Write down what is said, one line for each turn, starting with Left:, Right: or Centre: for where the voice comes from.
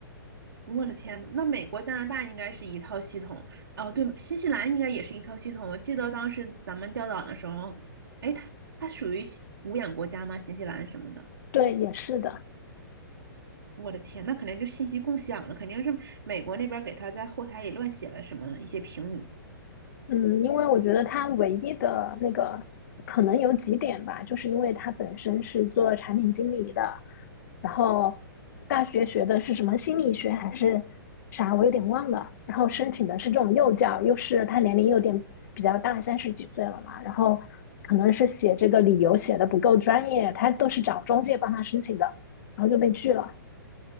Right: 我的天呐，那美国、加拿大应该是一套系统，哦，对，新西兰应该也是一套系统。我记得当时咱们调档的时候，哎，它它属于无五眼国家吗？新西兰什么的？
Left: 对，也是的。
Right: 我的天，那肯定就信息共享了，肯定是美国那边给他在后台里乱写了什么一些评语。
Left: 嗯，因为我觉得他唯一的那个可能有几点吧，就是因为他本身是做产品经理的，然后大学学的是什么心理学还是啥，我有点忘了。然后申请的是这种幼教，又是他年龄有点比较大，三十几岁了嘛，然后可能是写这个理由写的不够专业，他都是找中介帮他申请的，然后就被拒了。